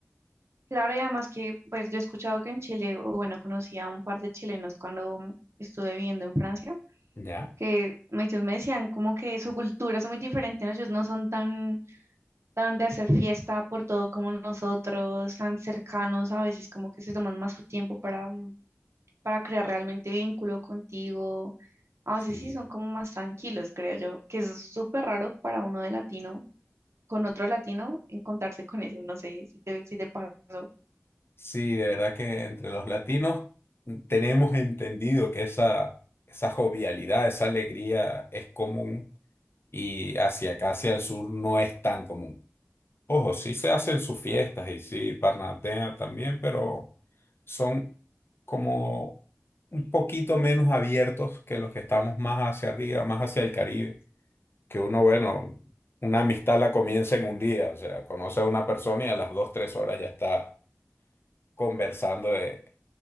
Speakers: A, on the right; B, on the left.
A: Claro, y además que, pues yo he escuchado que en Chile, o bueno, conocí a un par de chilenos cuando estuve viviendo en Francia,
B: ¿Ya?
A: que me- ellos me decían como que su cultura es muy diferente, ¿no? Ellos no son tan tan de hacer fiesta por todo como nosotros, tan cercanos, a veces como que se toman más su tiempo para, mm, para crear realmente vínculo contigo. A
B: Sí.
A: veces sí son como más tranquilos, creo yo, que es súper raro para uno de latino, con otro latino, encontrarse con eso, no sé si te, si te pasó,
B: Sí, de verdad que entre los latinos tenemos entendido que esa, esa jovialidad, esa alegría es común y hacia acá, hacia el sur, no es tan común. Ojo, sí se hacen sus fiestas y sí parnatean también, pero son como un poquito menos abiertos que los que estamos más hacia arriba, más hacia el Caribe. Que uno, bueno, una amistad la comienza en un día, o sea, conoce a una persona y a las dos, tres horas ya está conversando de,